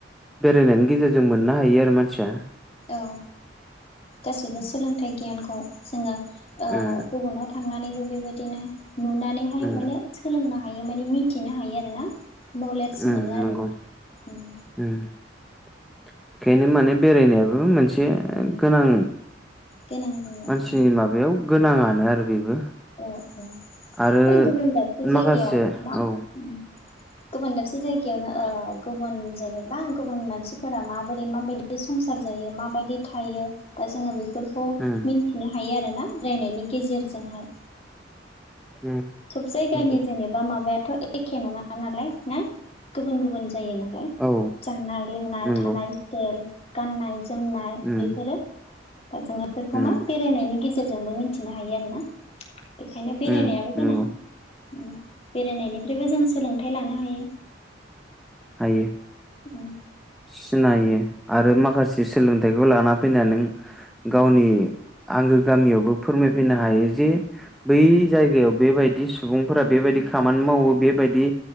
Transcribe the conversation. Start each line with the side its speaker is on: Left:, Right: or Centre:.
Centre: बेरायनायनि गेजेरजों मोननो हायो आरो मानसिया
Left: औ गासिबो सोलोंथाइ गियानखौ जोङो ओ
Centre: उम
Left: गुबुनाव थांनानैबो बेबायदिनो नुनानैहाय
Centre: उम
Left: माने सोलोंनो हायो माने मिथिनो हायो आरो ना नलेज
Centre: उम
Left: मोनो आरो
Centre: नंगौ
Left: उम
Centre: बेखायनो माने बेरायनायाबो मोनसे
Left: औ
Centre: गोनां
Left: गोनां जायो
Centre: मानसिनि
Left: उम
Centre: माबायाव गोनाङानो आरो बेबो
Left: औ औ
Centre: आरो
Left: बै गुबुन दाबसे
Centre: माखासे
Left: जायगायाव मा
Centre: औ
Left: उम गुबुन दाबसे जायगायावनो गुबुन जेनेबा गुबुन मानसिफोरा माबोरै माबायदि संसार जायो माबायदि थायो दा जोङो बे बेफोरखौ
Centre: उम
Left: मिन्थिनो हायो आरो ना बेरायनायनि गेजेरजोंहाय
Centre: उम
Left: सब जायगानि
Centre: उम
Left: जेने बा माबायाथ' एखे नङा नालाय ना गुबुन गुबुन जायो नालाय
Centre: औ
Left: जानाय लोंनाय
Centre: नंगौ
Left: थानाय स्टाइल गाननाय जोमनाय
Centre: उम
Left: बेफोरो दा जेंनाफोरखौ
Centre: उम
Left: मा बेरायनायनि गेजेरजोंबो मिन्थिनो हायो आरो ना बेखायनो बेरायनायाबो
Centre: उम नंगौ
Left: गोनां बेरायनायनिफ्रायबो जों सोलोंथाइ लानो हायो
Centre: हायो
Left: हायो
Centre: सिनायो आरो माखासे सोलोंथाइखौ लाना फैनानै नों गावनि आंगो गामियावबो फोरमायफैनो हायो जे बै जायगायाव बेबायदि सुबुंफोरा बेबायदि खामानि मावो बेबायदि